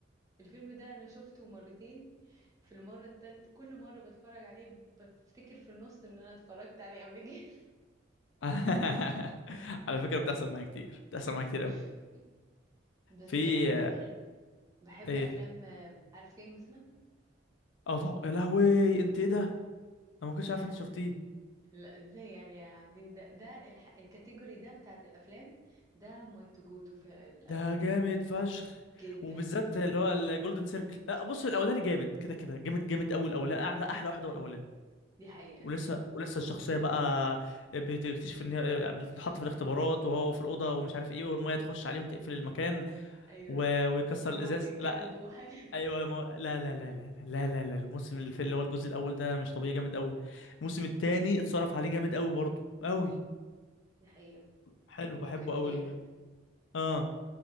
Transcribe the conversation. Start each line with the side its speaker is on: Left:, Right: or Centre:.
Right: الفيلم ده انا شفته مرتين في المرة التالتة كل مرة بتفرج عليه بفتكر في النص ان انا اتفرجت عليه قبل كده
Left: <laughs> على فكره بتحصل معايا كتير بتحصل معايا كتير قوي
Right: <laughs> بس
Left: في
Right: انا مثلا بحب
Left: ايه
Right: افلام آه، عارف كينجزمان
Left: اه طب يا لهوي انت ايه ده انا ما كنتش عارف
Right: انا
Left: انت شفتيه
Right: ب- لا ازاي يعني يا عابدين ده ده الح... الكاتيجوري ده بتاعت الافلام ده ماي تو جو تو في الافلام
Left: ده جامد فشخ
Right: جدا
Left: وبالذات اللي هو الجولدن سيركل لا بص الاولاني جامد كده كده جامد جامد قوي الاولاني اعلى احلى واحد هو الاولاني
Right: دي حقيقة
Left: ولسه ولسه الشخصيه بقى بتكتشف ان هي بتتحط في الاختبارات وهو في الاوضه
Right: اه
Left: ومش عارف ايه والميه تخش عليهم تقفل المكان
Right: ايوه
Left: و... ويكسر
Right: يموت
Left: الازاز
Right: الكلب
Left: لا
Right: وحاجة
Left: ايوه ما... لا لا لا لا لا لا لا لا الموسم اللي في- اللي هو الجزء الاول ده مش طبيعي جامد قوي الموسم الثاني اتصرف عليه جامد قوي برضه قوي
Right: دي حقيقة
Left: حلو بحبه
Right: هو كان
Left: قوي
Right: جامد
Left: ال... آه.